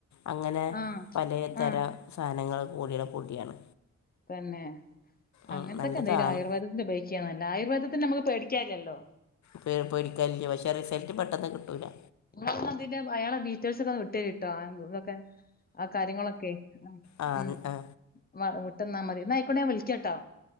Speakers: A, on the left; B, on the left.
A: അങ്ങനെ
B: ആ
A: പലേ തര
B: ആ
A: സാധനങ്ങൾ കൂടിയുള്ള പൊടിയാണ്
B: തന്നെ
A: ഉം,
B: അങ്ങനത്തൊക്കെ
A: നല്ലതാണ്
B: എന്തെങ്കിലും ആയുർവേദത്തിന്റെ ഉപയോഗിക്കാനല്ല ആയുർവേദത്തിന്റെ നമ്മുക്ക് പേടിക്കാനില്ലല്ലോ
A: പേ പേടിക്കാനില്ല പക്ഷേ റിസൾട്ട് പെട്ടെന്ന് കിട്ടൂല്ല
B: ഇങ്ങള് ന്നാ അതിന്റെ അയാള ടീറ്റെൽസ് ഒക്കെ ഒന്ന് വിട്ടേരിട്ടോ ഇതൊക്കെ ആ കാര്യങ്ങളൊക്കെ ഉം
A: ആ
B: ഉം
A: ആ
B: വിട്ടന്നാ മതി ന്നാ ആയിക്കോട്ടെ ഞാൻ വിളിക്കാട്ടോ